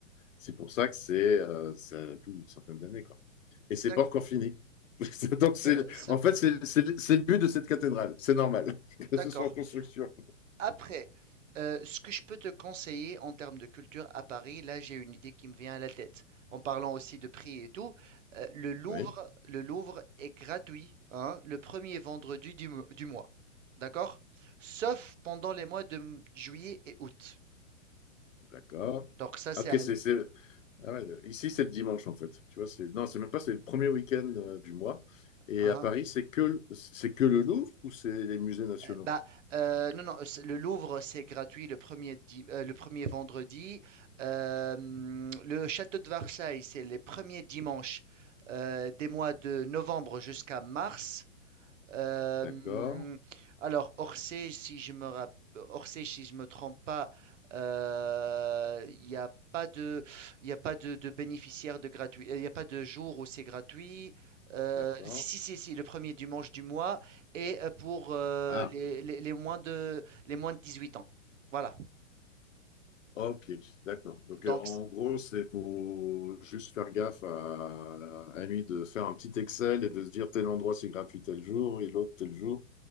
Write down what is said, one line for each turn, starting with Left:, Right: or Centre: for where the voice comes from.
Left: C'est pour ça que c'est, euh, ça a plus d'une centaine d'années, quoi et c'est
Right: d'ac-
Left: pas encore fini. <laughs> Donc,
Right: d'a- c'est-
Left: en fait, c'est, c'est le but de cette cathédrale. C'est normal <laughs>
Right: d'accord.
Left: que ce soit en construction.
Right: Après, euh, ce que je peux te conseiller en termes de culture à Paris, là j'ai une idée qui me vient à la tête. En parlant aussi de prix et tout, euh, le Louvre,
Left: Oui,
Right: le Louvre est gratuit, hein, le premier vendredi du, mo- du mois. D'accord? Sauf pendant les mois de m- juillet et août.
Left: d'accord.
Right: Donc ça c'est
Left: Ok,
Right: un...
Left: c'est, c'est- ah ouais, euh, ici, c'est le dimanche, en fait. Tu vois, c'est, non, c'est même pas, c'est le premier week-end euh, du mois. Et
Right: hein,
Left: à Paris, c'est que, c'est que le Louvre ou c'est les musées nationaux?
Right: Bah, euh, non, non, c'est- le Louvre, c'est gratuit le premier, di- euh, le premier vendredi. Euh, hum, le château de Versailles, c'est les premiers dimanches euh, des mois de novembre jusqu'à mars. Euh,
Left: D'accord,
Right: alors, Orsay, si je me rapp- Orsay, si je me trompe pas, euh, il n'y a pas de, il y a pas de, de bénéficiaire de gratuit, euh, il n'y a pas de jour où c'est gratuit. Euh,
Left: d'accord.
Right: si, si, si, si, le premier dimanche du mois et euh, pour euh,
Left: Ah,
Right: les, les- les moins de, les moins de 18 ans. Voilà.
Left: ok, d'accord. Donc,
Right: Donc,
Left: euh, en
Right: c-
Left: gros, c'est pour juste faire gaffe à, à lui de faire un petit Excel et de se dire tel endroit, c'est gratuit tel jour et l'autre tel jour.